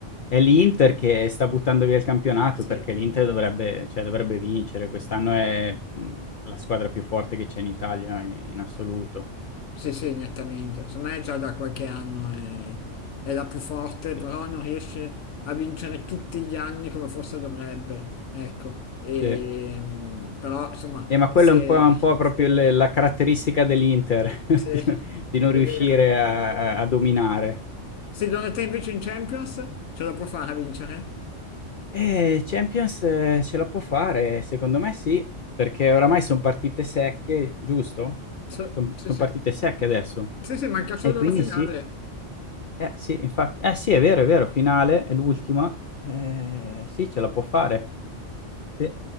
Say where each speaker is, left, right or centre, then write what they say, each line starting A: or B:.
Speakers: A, on the left; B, on the left.
A: è l'Inter che sta buttando via il campionato
B: Sì.
A: perché l'Inter dovrebbe cioè, dovrebbe vincere. Quest'anno è, mhmm, la squadra più forte che c'è in Italia i in assoluto.
B: Sì, sì, nettamente. Secondo me già da qualche anno
A: Mh,
B: è, è la più forte,
A: sì.
B: però non riesce a vincere tutti gli anni come forse dovrebbe. Ecco, e,
A: Sì.
B: mm, però insomma,
A: Eh, ma quello
B: se,
A: è un po' è un po' proprio il la caratteristica dell'Inter, <laughs>
B: se-
A: di no
B: <laughs>
A: di non
B: è
A: riuscire
B: vero.
A: a a a dominare.
B: Secondo te invece in Champions ce la può fare a vincere?
A: Eh, Champions, ehm, ce la può fare, secondo me sì, perché oramai son partite secche, giusto?
B: Sì,
A: Son
B: sì,
A: son
B: sì.
A: partite secche adesso.
B: Sì, sì, manca solo
A: E quindi
B: la finale.
A: sì. Eh sì, infatti eh sì, è vero, è vero, finale, è l'ultima. Eh, sì, ce la può fare. Sì.